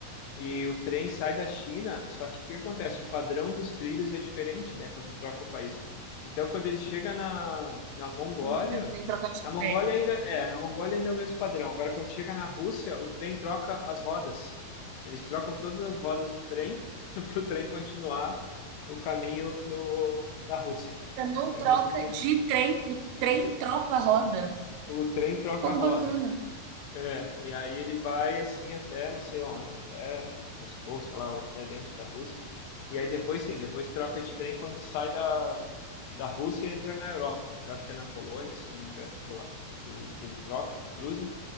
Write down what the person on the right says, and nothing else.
Né? Não tem troca de
trem.
Você não
troca
de trem, o trem troca a roda.
Pô,
que bacana.